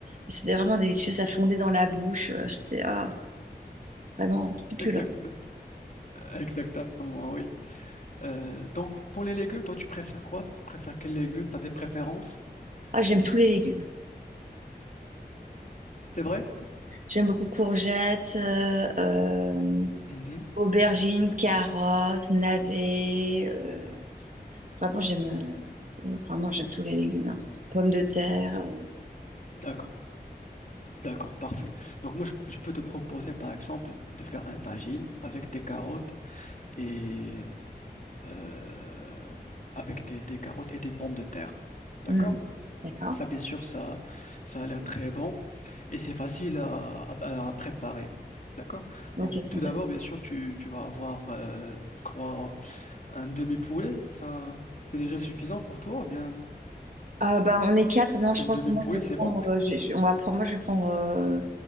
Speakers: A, on the right; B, on the left.
A: c'était vraiment délicieux. Ça fondait dans la bouche. euh, C'était ah, vraiment succulent.
B: Exact, exactement, oui. Euh, donc, pour les légumes, toi, tu préfères quoi? Tu préfères quels légumes? Tu as des préférences?
A: Ah, j'aime tous les légumes.
B: C'est vrai?
A: J'aime beaucoup courgettes, euh, euh,
B: Mhm.
A: aubergines, carottes, navets. euh, vraiment, j'aime euh, vraiment, j'aime tous les légumes. hein. Pommes de terre.
B: D'accord. D'accord, parfait. Donc moi, je, je peux te proposer, par exemple, de faire un tagine avec des carottes et euh, avec des, des carottes et des pommes de terre. D'accord?
A: euh, hmm. D'accord.
B: Ça, bien sûr, ça, ça a l'air très bon et c'est facile à, à- à préparer. D'accord?
A: Ok,
B: Donc
A: fantastique.
B: tout d'abord, bien sûr, tu, tu vas avoir, euh, je crois, un demi-poulet. Ça, c'est déjà suffisant pour toi? ou Bien,
A: Ah, bah, on est quatre. Non, je
B: un
A: pense
B: demi-poulet,
A: que moi, je vais
B: c'est
A: prendre,
B: bon?
A: euh, je- je- on va prendre, moi, je vais prendre euh,